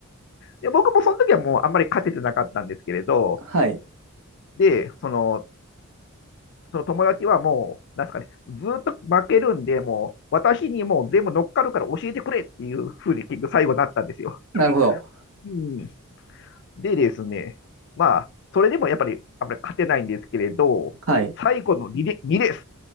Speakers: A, on the left (about 55°); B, on the right (about 65°).
A: で、僕もその時はもうあんまり勝ててなかったんですけれど、
B: はい。
A: で、その、その友達はもう、なんですかね、ずっと負けるんで、もう、私にもう全部乗っかるから教えてくれっていうふうに結局最後になったんですよ。
B: なるほど。
A: うんでですね、まあ、それでもやっぱりあんまり勝てないんですけれど、
B: はい。
A: 最後の2レ、にレース、